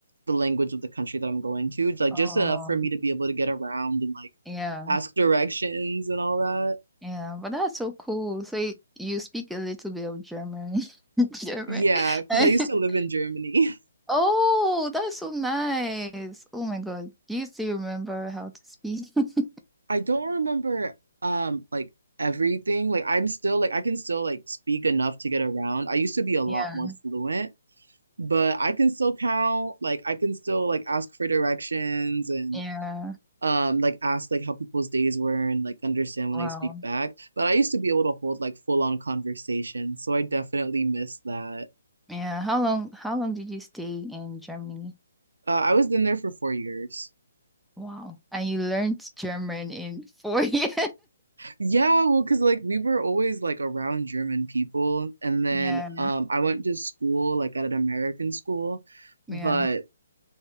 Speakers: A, on the right; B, in the centre.
A: the language of the country that I'm going to, like
B: Oh,
A: just enough for me to be able to get around and like
B: yeah.
A: ask directions and all that.
B: Yeah, but that's so cool. So you, you speak a little bit of German. <laughs> German.
A: Yeah, because
B: <laughs>
A: I used to live in Germany. <laughs>
B: Oh, that's so nice. Oh my God. Do you still remember how to speak? <laughs>
A: I don't remember um like everything. Like I'm still like I can still like speak enough to get around. I used to be a lot
B: Yeah.
A: more fluent, but I can still count. Like I can still like ask for directions and
B: Yeah.
A: um like ask like how people's days were and like understand when
B: Wow.
A: they speak back. But I used to be able to hold like full on conversations, so I definitely miss that.
B: Yeah. How long how long did you stay in Germany?
A: Uh, I was in there for four years.
B: Wow. And you learned German in four <laughs> years.
A: Yeah, well, because like we were always like around German people, and then
B: Yeah.
A: um I went to school like at an American school,
B: Yeah.
A: but